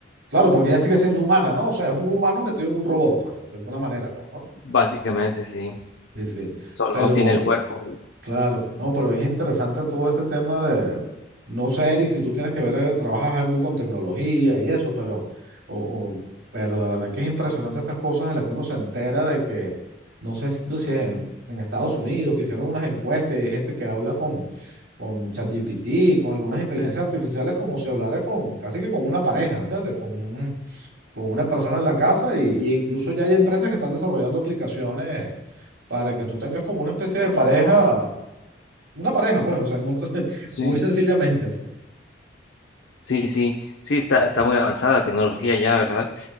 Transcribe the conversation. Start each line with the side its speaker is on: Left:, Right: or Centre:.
Right: claro, porque ella sigue siendo humana, ¿no? O sea, es un humano metido en un robot, pues, de alguna manera, pues, ¿no?
Left: Básicamente, sí,
Right: Sí, sí.
Left: solo
Right: Pero,
Left: no tiene el cuerpo.
Right: Claro, no, pero es interesante todo este tema de, no sé, Eric, si tú tienes que ver, eh, trabajas algo con tecnología y eso, pero, o, o- pero de verdad que es impresionante estas cosas de las que uno se entera de que, no sé si si en en Estados Unidos que hicieron unas encuestas y hay gente que habla con, con ChatGPT, con algunas inteligencias artificiales, como si hablara con, casi que con una pareja, ¿entiendes? Con un- con una persona en la casa y, y incluso ya hay empresas que están desarrollando aplicaciones para que tú tengas como una especie de pareja una pareja, pues, o sea, en otro- <laughs>
Left: Sí.
Right: muy sencillamente.
Left: Sí, sí, sí, está, está muy avanzada la tecnología ya, ¿verdad?